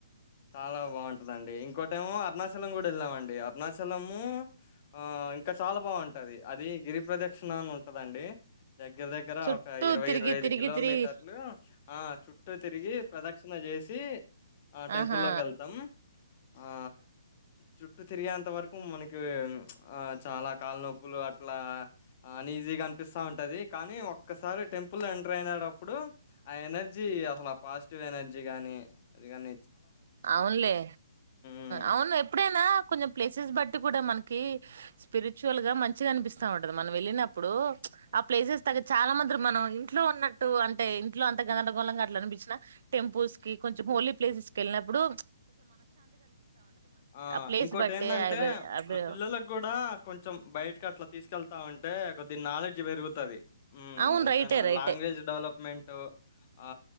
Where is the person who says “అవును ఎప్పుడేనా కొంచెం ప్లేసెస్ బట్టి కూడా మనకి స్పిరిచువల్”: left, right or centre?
Right